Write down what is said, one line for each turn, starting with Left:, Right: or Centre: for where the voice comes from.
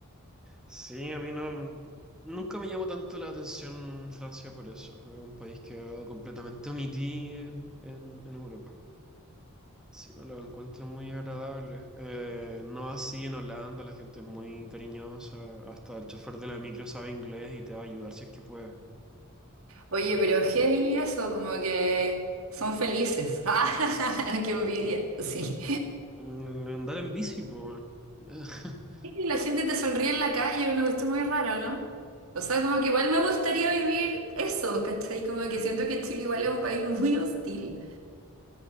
Centre: sí, a mí no, nunca me llamó tanto la atención Francia por eso. Es un país que completamente omití en, en, en Europa. Sí, no lo encuentro muy agradable. Eh, no así en Holanda, la gente es muy cariñosa. Hasta el chofer de la micro sabe inglés y te va a ayudar si es que puede.
Right: Oye,
Centre: Eh,
Right: pero heavy eso, como que son felices. <laughs> ¡Ah! ¡Qué envidia! Sí.
Centre: mm, andar en bici, pues, weón. <laughs>
Right: Y la gente te sonríe en la calle, una cuestión muy rara, ¿no? O sea, como que igual me gustaría vivir eso, ¿cachai? Como que siento que Chile igual es un país muy hostil.